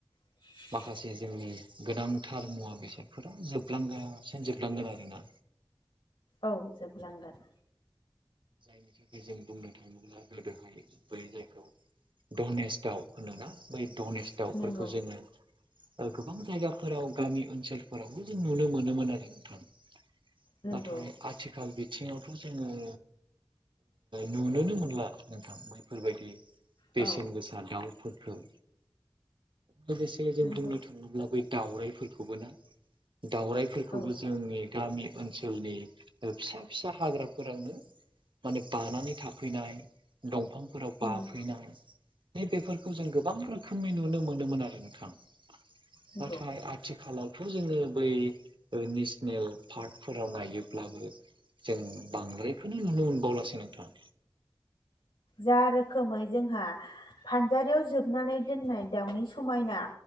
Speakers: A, on the left (about 75°); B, on the right (about 65°).
A: <inaudible>
B: माखासे जोंनि गोनांथार मुवा बेसादफोरा जोबलांगासिनो जोबलांगोन आरोना
A: औ जोबलांगोन
B: बेनि थाखाय जों बुंनो थाङोब्ला गोदोहाय बै जायखौ डनेस दाउ होनोना बै डनेस दाउफोरखौ
A: नंगौ
B: जोङो गोबां जायगाफोराव गामि ओनसोलफोरावबो जों नुनो मोनोमोन आरो नोंथां
A: नंगौ
B: नाथाय आथिखाल बिथिङावथ' जोङो नुनोनो मोनला नोंथां बैफोरबायदि बेसेन
A: औ
B: गोसा दाउफोरखौ लोगोसे जों
A: नंगौ
B: बुंनो थाङोब्ला बै दावरायफोरखौबो ना दावरायफोरखौबो
A: औ
B: जोंनि गामि ओनसोलनि फिसा फिसा हाग्राफोरावनो माने बानानै थाफैनाय दंफांफोराव
A: उम
B: बाफैनाय थिग बेफोरखौ जों गोबां रोखोमनि नुनो मोनोमोन आरो नोंथां नाथाय
A: नंगौ
B: आथिखालावथ' जोङो बै नेसनेल पार्कफोराव नायोब्लाबो जों बांद्रायखौनो नुनो मोनबावलासै नोंथां
A: जा रोखोमै जोंहा फानजारियाव जोबनानै दोननाय दाउनि समायना